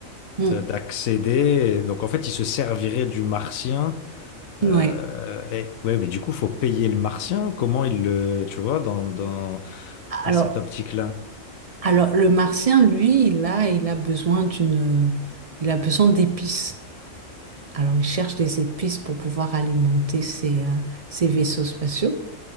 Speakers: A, on the right (about 70°); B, on the left (about 80°).
A: Mm.
B: d'a- d'accéder. Donc, en fait, il se servirait du martien Euh,
A: Ouais.
B: et, ouais, mais du coup, faut payer le martien. Comment il le, tu vois, dans, dans, dans
A: Alors,
B: cette optique-là?
A: alors, le martien, lui, il a, il a besoin d'une, il a besoin d'épices. Alors, ils cherchent des épices pour pouvoir alimenter ses, euh, ses vaisseaux spatiaux.